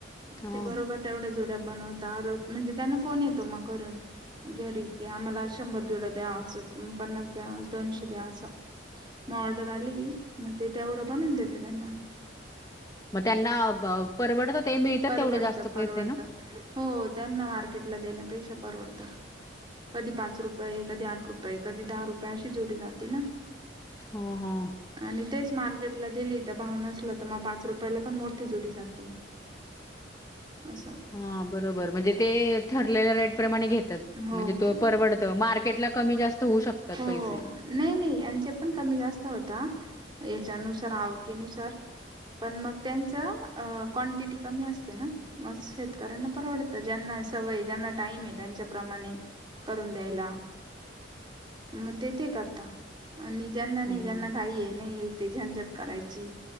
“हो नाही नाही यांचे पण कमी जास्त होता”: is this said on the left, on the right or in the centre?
Right